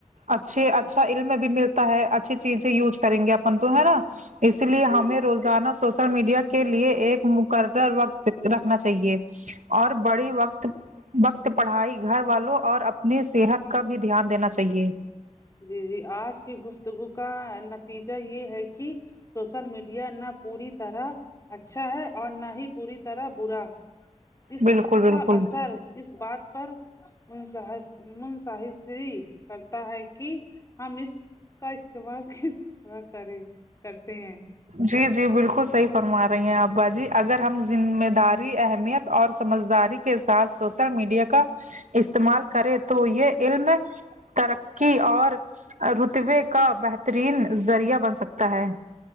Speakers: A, on the right; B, on the left.
A: اچھے اچھا علم بھی ملتا ہے اچھی چیزیں یوز کریں گے اپن تو ہے نا اس لیے
B: جی
A: ہمیں
B: جی
A: روزانہ سوشل میڈیا کے لیے ایک مقر وقت رکھنا چاہیے اور بڑے وقت وقت پڑھائی گھر والوں اور اپنی صحت کا بھی دھیان دینا چاہیے
B: جی جی آج کی گفتگو کا نتیجہ یہ ہے کہ سوشل میڈیا نہ پوری طرح اچھا ہے اور نہ ہی پوری طرح برا اس
A: بالکل
B: اس کا
A: بالکل
B: اثر اس بات پر من منصحسری کرتا ہے کہ ہم اس کا استعمال کس طرح کرے کرتے ہیں
A: جی جی بالکل صحیح فرما رہی ہیں آپ باجی اگر ہم ذمہ داری اہمیت اور سمجھداری کے ساتھ سوشل میڈیا کا استعمال کرے تو یہ علم ترقی اور رتبے کا بہترین ذریعہ بن سکتا ہے